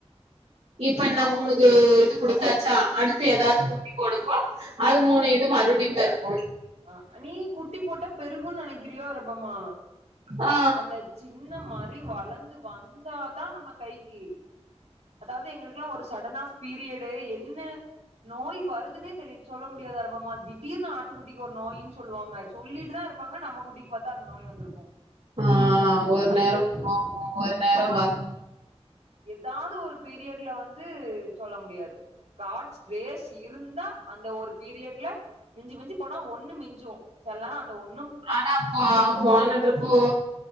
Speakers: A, on the right; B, on the right.
A: இப்ப நம் மூணுக்கு இது குடுத்தாச்சா அடுத்து ஏதாவது
B: ஆ
A: கூட்டி போடுகோ அது மூணு இது மறுபடியு பெருக்கும்
B: அஹ நீ குட்டி போட்ட பெருகு நெனைக்கிறியோ ரப்பமா
A: ஆ
B: அந்த சி இன்ன மாரி வளர்ந்து வந்தாதா நம்ம கைக்கு அதாவது எங்களுக்குல்லா ஒரு சடனா ஃபீரியடு என் என்ன நோய் வருதுன்னே தெரி சொல்ல முடியாது <unintelligible> திடீர்னு ஆட்டுக்குட்டி ஒரு நோயின்னு சொல்லுவாங்க சொல்லிட்டு தா இருப்பாங்க நம்ம குட்டிக்கு பாத்தா அந்த நோய் வந்திருக்கு
A: ஆ ஒரு
B: அது
A: நேரோ
B: எப்
A: போகு ஒரு நேரோ
B: ஆ
A: வரு
B: எதாது ஒரு பீரியட்ல வந்து சொல்ல முடியாது காட்ஸ் கிரேஸ் இருந்தா அந்த ஒரு பீரியட்ல மிஞ்சு மிஞ்சு போனா ஒன்னு மிஞ்சோ சில நெரோ அந்த ஒன்
A: ஆனா போ போன ட்ரிப் ஓ